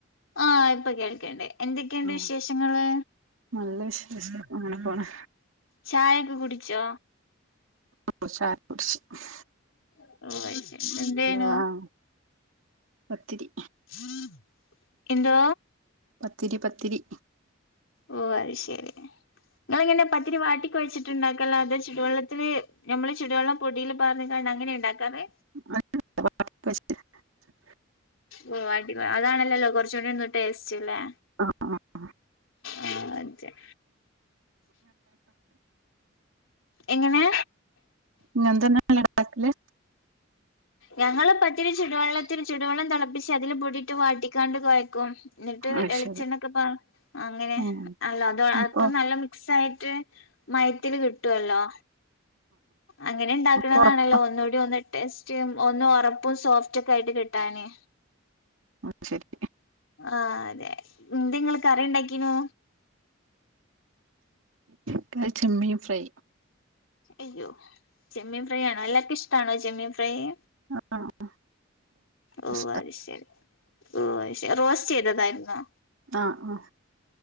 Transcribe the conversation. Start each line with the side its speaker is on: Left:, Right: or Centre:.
Left: ആഹ്, ഇപ്പൊ കേൾക്ക്ണ്ട്. എന്തൊക്കെണ്ട്
Right: ആഹ്
Left: വിശേഷങ്ങള്?
Right: നല്ല വിശേഷം, അങ്ങനെ പോണ്.
Left: ചായൊക്കെ കുടിച്ചോ?
Right: ഒഷാ <unintelligible> ഷ്
Left: <unintelligible> എന്തേനു
Right: <unintelligible> ആ പത്തിരി.
Left: <unintelligible> എന്തോ?
Right: പത്തിരി, പത്തിരി.
Left: ഓ അയ്ശെരി, ഏ ങ്ങള്ങ്ങന പത്തിരി വാട്ടി കൊയച്ചിട്ട് ണ്ടാക്കലാത് ചുടുവെള്ളത്തില് ഞമ്മള് ചുടുവെള്ളം പൊടിയില് പാർന്ന്കാണ്ടങ്ങനെയിണ്ടാക്കാറ്.
Right: <unintelligible>
Left: ഓ, വാട്ടി കൊ അതാണല്ലല്ലോ കൊറച്ചൂടൊന്നു ടേസ്റ്റ് ല്ലേ?
Right: ആഹ്, ആഹ്, ആഹ്.
Left: ആ <unintelligible> എങ്ങനെ?
Right: ഇങ്ങൻതന്നെ അല്ലെ ഇണ്ടാക്കല്?
Left: ഞങ്ങള് പത്തിരി ചുടുവെള്ളത്തില്, ചുടുവെള്ളം തെളപ്പിച്ച് അതില് പൊടിയിട്ട് വാട്ടിക്കാണ്ട് കൊഴക്കും. ന്നിട്ട്
Right: അയ്
Left: എളിച്ചെണ്ണൊക്കെ
Right: ശരി
Left: പാർ അങ്ങനെ
Right: ഉം
Left: അല്ല, അതോ
Right: അപ്പൊ
Left: അപ്പം നല്ല മിക്സായിട്ട് മയത്തില് കിട്ടുവല്ലോ? അങ്ങനെ ഇണ്ടാക്കണതാണല്ലോ
Right: അപ്പൊ ഒറപ്പാ
Left: ഒന്നൂടി ഒന്ന് ടേസ്റ്റും ഒന്ന് ഒറപ്പും സോഫ്റ്റ് ഒക്കെ ആയിട്ട് കിട്ടാന്.
Right: അഹ് ശെരി.
Left: ആഹ്, തെ ന്തെ ങ്ങള് കറി ണ്ടാക്കിനു?
Right: <unintelligible> ചെമ്മീംഫ്രൈ.
Left: എയ്യോ, ചെമ്മീംഫ്രൈ യാണോ? എല്ലാർക്കുഷ്ട്ടാണോ ചെമ്മീംഫ്രൈയ്.
Right: ആഹ്, ആഹ്
Left: ഓഹ്
Right: ഇഷ്ടാ
Left: അയ്ശെരി, ഓഹ് അയ്ശെ റോസ്റ്റെ യ്തതായിരുന്നോ?
Right: ആഹ്, ആഹ്